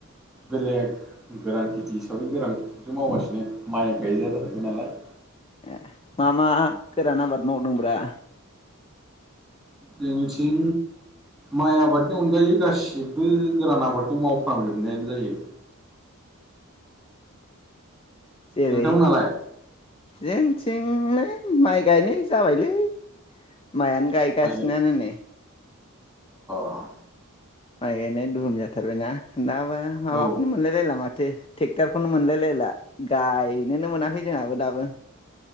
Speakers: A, in the centre; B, on the left.
A: बेलेग गोरान खेथि हिसाबै गोरान खेथिखौसो मावगासिनो माइ गायजा <unintelligible> नालाय
B: ए मा मा गोरान आबाद मावदोंब्रा?
A: जोंनिथिं माइ आबादनि अनगायै गासिबो गोरान आबादखौ मावफ्रामजोबनायानो जायो।
B: जेरै
A: नोंथांमोनालाय
B: जे थिंजाय माइ गायनाय जाबायलै मायानो गायगासिनोयानो
A: माइ
B: नै
A: अ
B: माइ गायनाय दुहुम जाथारबायना दा बा माबाखौनो
A: औ
B: मोनलायलायला मा थो ट्रेक्टरखौनो मोनलायलायला गायनोनो मोनाखै जोंहाबो दाबो